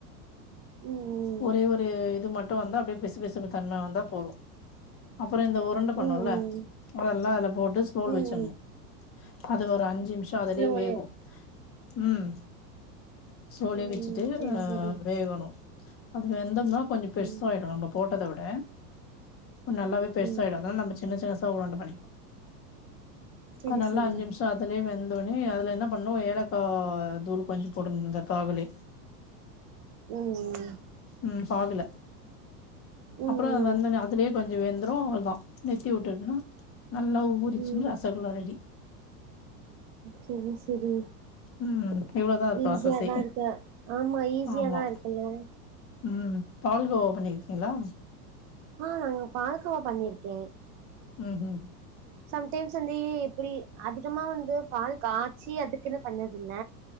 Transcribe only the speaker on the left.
ஒரே ஒரு இது மட்டு வந்தா அப்டே பிசு பிசுக்கு தன்ம வந்தா போது அப்பறோ இந்த உருண்ட
பண்ணோல்ல
அதல்லா அதுல போட்டு ஸ்லோல
வச்சர்ணு அது ஒரு அஞ்சு நிம்ஸ் ஸோ அதுலே
வேகு ம் ஸ்லோலே
வெச்சுட்டு
வேவணு அது வெந்தம்ன்னா கொஞ்சோ பெருஸ்சாயிடு
நம்ம போட்டத விட கொன் நல்லாவே பெருசாயிடு
அதனால நம்ம சின்ன சின்ன சா உரண்ட பண்ணிக்கணு
<unintelligible> நல்லா
அஞ்சு நிம் ட அதுலே வெந்த உன்னே அதுல என்ன பண்ணு ஏலக்கா தூள் கொஞ்சோ போடணு இந்த பாகுளே
ம் பாகுல
அப்பறோ வெந்தன
அதுலே கொஞ்சோ வெந்துரு அதா நிர்த்தி உட்டர்ணு நல்லா ஊருச்சுன்
ரசகுளா ரெடி
ம் இவ்ளோதா அது
ப்ராசஸே
ஆமா
ம் பால்கோவ பண்ணிருக்கீங்களா
ம்ம்